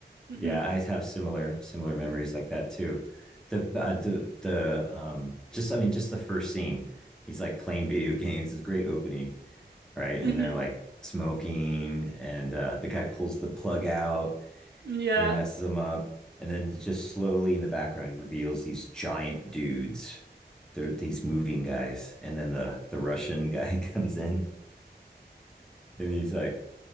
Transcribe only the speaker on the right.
hmm
hmm
Yeah.